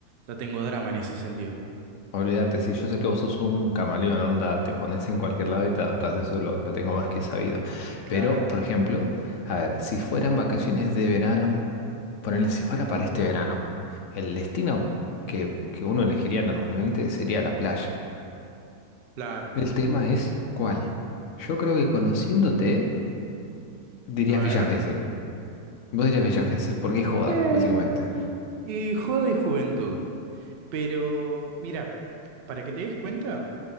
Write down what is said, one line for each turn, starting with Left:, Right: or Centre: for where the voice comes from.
Right: no tengo drama en ese sentido.
Left: Olvídate, si yo sé que vos sos un camaleón, onda, te pones en cualquier lado y te adaptás, eso lo, lo tengo más que sabido.
Right: Claro,
Left: Pero, por ejemplo, a ver, si fueran vacaciones de verano, ponele si fuera para este verano, el destino que, que uno elegiría normalmente sería la playa.
Right: claro.
Left: El tema es ¿cuál? Yo creo que conociéndote dirías
Right: A ver.
Left: Villa Gesell. Vos dirías Villa Gesell, porque es joda,
Right: Eh,
Left: básicamente.
Right: y joda y juventud. Pero mira, para que te des cuenta,